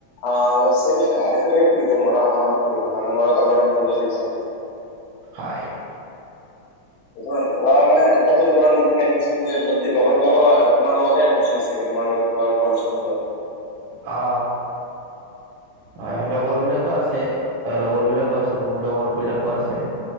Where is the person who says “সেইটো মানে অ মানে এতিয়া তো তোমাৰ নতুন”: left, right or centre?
Left